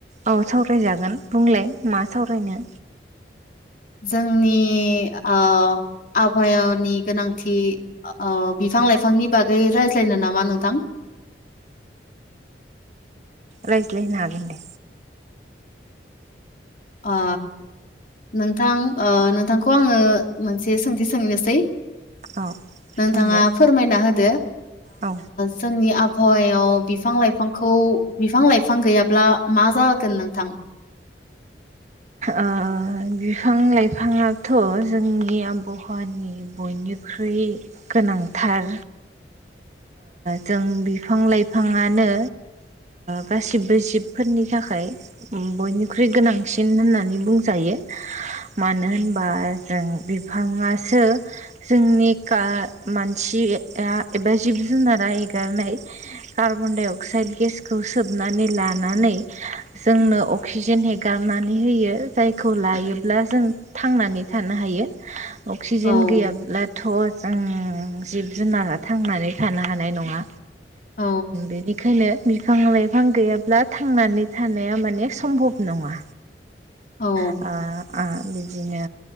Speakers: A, on the right; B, on the left.
A: औ सावरायजागोन बुंलाय मा सावरायनो?
B: जोंनि आबहावानि गोनांथि अ बिफां लाइफांनि बागै रायज्लायनो नामा नोंथां?
A: रायजलाय हागोन दे।
B: आ नोंथां नोंथांखौ आंङो मोनसे सोंथि सोंनोसै
A: औ
B: नोंथांङा
A: सोंलाय
B: फोरमायना होदो
A: औ
B: जोंनि आबा हावायाव बिफां-लाइफांखौ बिफां लाइफां गैयाब्ला मा जागोन नोंथां?
A: आ बिफां लाइफांङाथ जोंनि आबहावानि बयनि ख्रुय गोनांथार। जों बिफां - लाइफांङानो गासिबो जिबफोरनि थाखाय बयनिख्रुइ गोनांसिन सिन होननानै बुंजायो मानो होनबा जों बिफांङासो जोंनि मानसि एबा जिब जुनारा एगारनाय कार्बन डाइ अक्साइद गेसखौ सोबनाय सोबनानै लानानै जोंनो अक्जिजेन हगार खालामनानै होयो जायखौ लायोब्ला जों थांनानै थानो हायो । अक्सिजेन
B: औ
A: गैयाब्लाथ' जों जिब जुनारा थांनानै थानो हानाय नङा।
B: औ
A: बेनिखायनो बिफां लाइफां गैयाब्ला थांनानै थानाया माने सम्भब नङा।
B: औ
A: आ आ बिदिनो